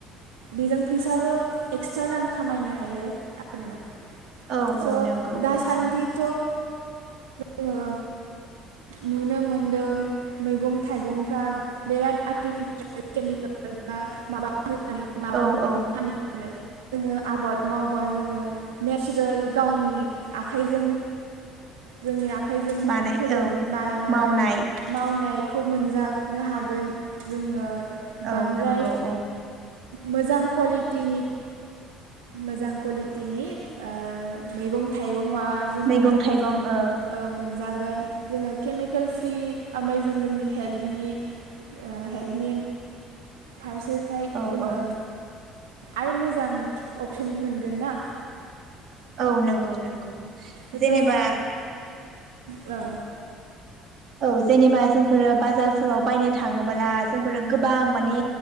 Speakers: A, on the right (about 70°); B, on the right (about 50°).
A: बेजों फैसाबो एक्सट्रा रां खामायनो हायो आरोना।
B: औ
A: स'
B: औ नोंगौ
A: दासान्दिथ'
B: औ औ
A: जोङो नुनो मोनदों मैगं थाइगंफ्रा बिराद आर्टिफिसियेल केमिकेल बा माबा होनानै माबानायखौ
B: औ औ
A: फाननो आरो जोङो आबाद मावबा जोङो नेचारेल गावनि आखाइजों जोंनि‌ आ आखाइजों
B: बानाय
A: फोर
B: औ
A: बा माबा
B: मावनाय
A: मावनाय खौ मोनजानो हागोन जोङो
B: औ
A: बांद्राय
B: नोंगौ औ
A: मोजां कलिटिनि मोजां कलिटिनि ओ मैगं थाइगं मुवा जुनादफोरखौ
B: मैगं थाइगं
A: जों ओ
B: औ
A: मोन जागोन जोङो केमिकेल फ्रि ओमफाय जों जोंनि हेल्टनि ओ हेल्टनि फारसे जोङो
B: औ औ
A: आरो मोजां अपसन मोनगोन ना।
B: औ नोंगौ नोंगौ
A: थ'
B: जेनेबा
A: औ
B: औ जेनेबा जोंफोरो बाजारफोराव बायनो थाङोबोला जोंफोरो गोबां माने